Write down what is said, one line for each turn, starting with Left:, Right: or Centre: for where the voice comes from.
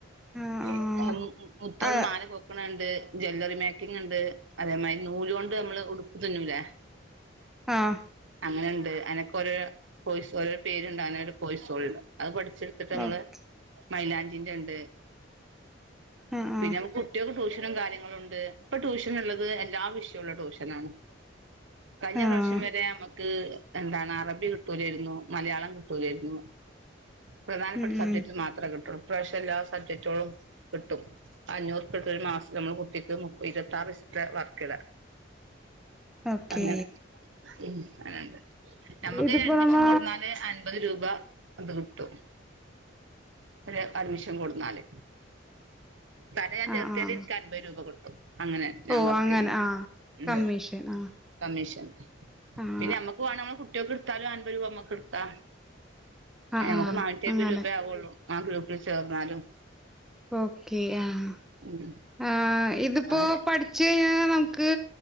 Centre: ആഹ്
Right: <unintelligible> മുത്തോണ്ട്
Centre: ആഹ്
Right: മാല കോർക്ക്ണണ്ട് ജ്വല്ലറി മേക്കിങ് ഇണ്ട് അതേമാതിരി നൂലുകൊണ്ട് നമ്മള് ഉടുപ്പ് തുന്നുല്ലേ
Centre: ആഹ്
Right: അങ്ങനെ ണ്ട് അയിനൊക്കൊരോരോ കൊയ്സ് ഓരോ പേരുണ്ട് <unintelligible> ഒരു കോയിസേലുണ്ട് അത് പഠിച്ചെടുത്തിട്ട് നമ്മള്
Centre: ആഹ് ഓഹ്
Right: മൈലാഞ്ചിന്റെണ്ട്
Centre: ആഹ്
Right: പിന്നെ
Centre: ആഹ്
Right: നമ്മക്ക് കുട്ടിയേൾക്ക് ട്യൂഷനും കാര്യങ്ങളും ഒണ്ട് ഇപ്പോ ട്യൂഷൻ ഇള്ളത് എല്ലാ വിഷയവും ഉള്ള ട്യൂഷനണ് കഴിഞ്ഞ
Centre: ആഹ്
Right: പ്രാശ്യം വരെ നമുക്ക് എന്താണ് അറബി കിട്ടൂലാരുന്നു മലയാളം കിട്ടൂലാരുന്നു പ്രധാനപ്പെട്ട
Centre: ഉം ഉം
Right: സബ്ജക്റ്റ് മാത്രേ കിട്ടുള്ളൂ ഇപ്രാശ്യം എല്ലാ സബ്ജറ്റൊളും കിട്ടും അഞ്ഞൂറു റുപ്പികൊടുത്ത ഒരു മാസം നമ്മളെ കുട്ടിക്ക് ഇരുപത്താറ് ദിസത്തെ വർക്ക് ഇട
Centre: <inaudible> ഓക്കേ
Right: അങ്ങനെ ഉം അങ്ങനണ്ട് നമ്മക്ക്
Centre: ഇതിപ്പോ
Right: അഡ്മിഷൻ
Centre: നമ്മ
Right: കൊടുന്നാല് അ അമ്പത് രൂപ അത് കിട്ടും ഒരു അഡ്മിഷൻ കൊടുന്നാല് തന്നേ ഞാൻ
Centre: ആഹ്
Right: ചേർത്തിയാല്
Centre: ആഹ്
Right: ഇൻക്ക് അമ്പത് രൂപ കിട്ടും അങ്ങനെ ഞാൻ
Centre: ഓഹ്
Right: വർക്ക്
Centre: അങ്ങനെ
Right: ചെയ്യ്ണ്ത്
Centre: ആഹ് കമ്മീഷൻ ആഹ്
Right: കമ്മീഷൻ
Centre: ആഹ്
Right: പിന്നെമ്മ ക്കു ആണ് നമ്മള് കുട്ടിയേൾക്കെടുത്താലും അൻപത് രൂപ നമ്മുക്ക് എടുക്കാ
Centre: ആഹ്
Right: നമുക്ക്
Centre: ആഹ്
Right: നാന്നൂറ്റി അമ്പത്
Centre: അങ്ങനെ
Right: രൂപേയാവുള്ളൂ ആ ഗ്രൂപ്പിൽ ചേർന്നാലും
Centre: ഓക്കേ ആഹ്
Right: ഉം
Centre: ആഹ് ഇതിപ്പോ
Right: അങ്ങനെ
Centre: പഠിച്ച് കഴിഞ്ഞാ നമുക്ക്